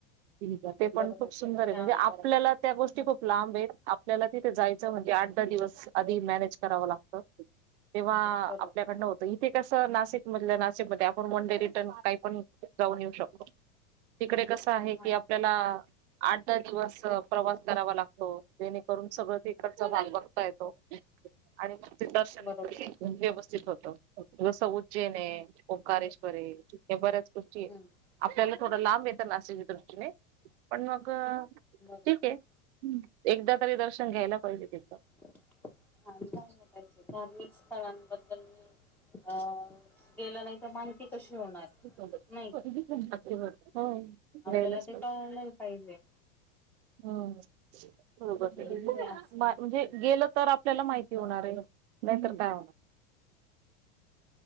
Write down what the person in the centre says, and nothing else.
बरोबर
तिथे
बरोबर
हा
बरोबर
हम्म
बरोबर
<inaudible> हा जायला पाहिजे धार्मिक स्थळांबद्दल अं दीलं नाही तर माहिती कशी होणार?
नाही का?
आपल्याला
ते
कळलंही पाहिजे.
की इथे असं
आहे.